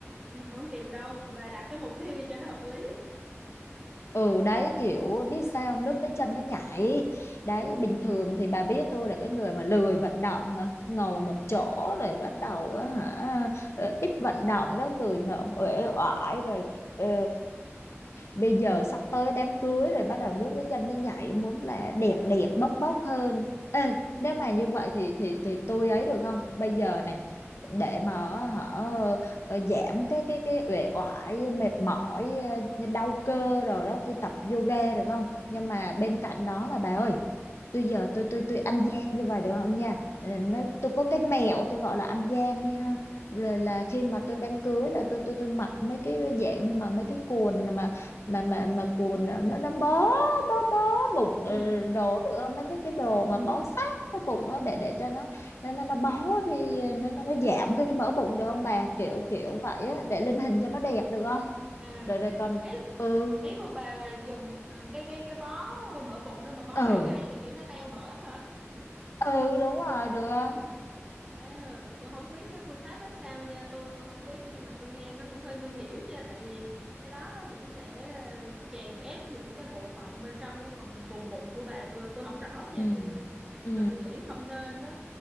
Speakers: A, on the right; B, on the left.
A: ừ. không kịp đâu bà đặt cái mục tiêu gì cho nó hợp lý
B: ừ đấy kiểu biết sao không nước tới chân mới nhảy đấy
A: ừ
B: bình thường thì bà biết tôi là cái người mà lười vận động mà ngồi một
A: ừ
B: chỗ rồi bắt đầu á hả ờ, ít vận động đó người ngợm uể oải rồi ờ, bây giờ sắp tới đám cưới rồi bắt đầu nước tới chân mới nhảy muốn là đẹp đẹp bốc bốc hơn ê
A: ừ
B: nếu mà như vậy thì thì thì tôi ấy được không bây giờ này để mà họ ờ, giảm cái cái cái uể oải mệt mỏi ờ, đau cơ rồi đó tôi tập yoga được không nhưng mà bên cạnh đó là bà ơi tôi giờ tôi tôi tôi ăn gian như vậy được không nha Ừ, nó tôi có cái mẹo tôi gọi là ăn gian đi ha là,
A: ừ
B: là
A: ừ
B: khi mà tôi đám cưới là tôi tôi tôi mặc mấy cái dạng nhưng mà mấy cái quần mà mà mà mà quần ờ, nó nó bó bó bó bụng ờ,
A: ừ
B: đồ được không mấy mấy cái đồ
A: ừ
B: mà bó sát cái bụng đó để để cho nó nó nó nó bó thì nó nó, nó giảm cái mỡ bụng được không bà
A: ừ.
B: kiểu kiểu vậy á để lên hình cho nó đẹp được không
A: à
B: rồi rồi còn
A: ý
B: ừ
A: ý của bà là dùng ờ, cái cái cái bó mỡ bụng đó mà bó
B: ừ
A: hàng ngày cho kiểu nó teo mỡ hả
B: ừ đúng rồi được không
A: à tôi không biết cái phương pháp đó sao nha tôi tôi không biết nhưng mà tôi nghe nó cũng hơi nguy hiểm nha tại vì cái đó nó cũng sẽ ờ, chèn ép những cái bộ phận bên trong cái phần vùng bụng của bà tôi tôi không rõ nha
B: ừ
A: tôi như nhưng
B: ừ
A: mà tôi nghĩ không nên đó